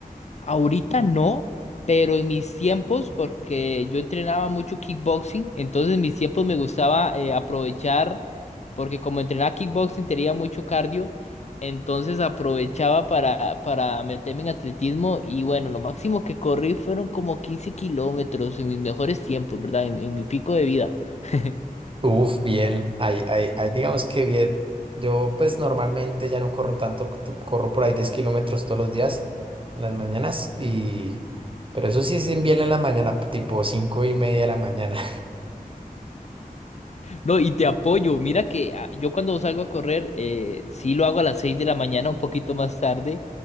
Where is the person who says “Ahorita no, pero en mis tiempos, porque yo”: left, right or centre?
Left